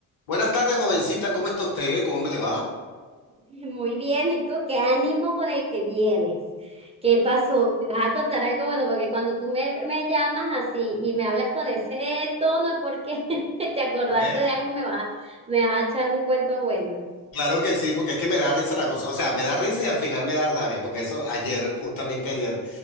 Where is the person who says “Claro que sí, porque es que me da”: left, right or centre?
Left